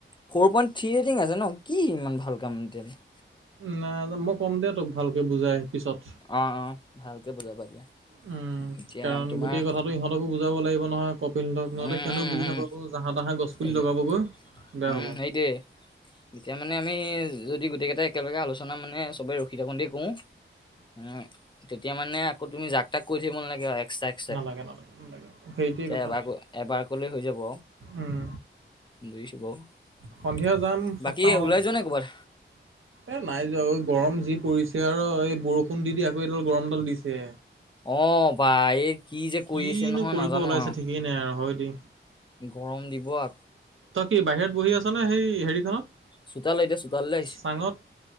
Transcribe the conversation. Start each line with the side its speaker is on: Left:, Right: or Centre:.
Left: ফ'ৰ পইণ্ট থ্ৰী ৰেটিং আছে ন, কি ইমান ভাল কাম এতিয়ালৈ।
Right: নাই, মই কম দে তোক ভালকে বুজাই পিছত।
Left: অ অ ভালকে বুজাবা দিয়া
Right: উমঁ।
Left: এতিয়া
Right: কাৰণ
Left: তোমাৰ
Right: গোটেই কথাটো ইহঁতকো বুজাব লাগিব নহয়। ক- ৰি সিহঁতক নহ'লে
Left: উম
Right: সিহঁতক
Left: উম
Right: বুজি
Left: উম
Right: নাপাব গৈ জাহাঁ-তাহে গছপুলি
Left: এতিয়া
Right: লগাবগৈ বেয়া
Left: উম
Right: হ'ব।
Left: সেইটোৱে তেতিয়া মানে আমি যদি গোটেই কেইটাই একেলগে আলোচনা মানে চবেই ৰখি থাকোতে কৰোঁ। উমঁ। তেতিয়া মানে আকৌ তুমি যাক তাক কৰি থাকিব নালাগে আৰু এক্সট্ৰাকে।
Right: নালাগে-নালাগে-নালাগে, সেইটোৱেই
Left: তেতিয়া
Right: কথা।
Left: এবাৰ ক- এবাৰ কৰিলেই হৈ যাব,
Right: উম
Left: বুজিছো বাৰু।
Right: সন্ধিয়া যাম সাতটা
Left: বাকী
Right: মানত
Left: ওলাই যোৱা নাই কৰবাত?
Right: এ' নাই যাোৱা ঐ। গৰম যি পৰিছে আৰু এই বৰষুণ দি-দি আকৌ এইডাল গৰমডাল দিছে।
Left: অঁহ', -বা এই কি যে
Right: কিনো
Left: কৰি আছে নহয়,
Right: কৰিব
Left: নাজানো
Right: ওলাইছে
Left: আৰু।
Right: ঠিকেই নাই আৰু হয় দেই
Left: গৰম দিব। অ।
Right: তই কি বাহিৰত বহি আছ নে, সেই হেৰিখনত?
Left: চোতাল এতিয়া চোতাললৈ আহিছোঁ।
Right: চাঙত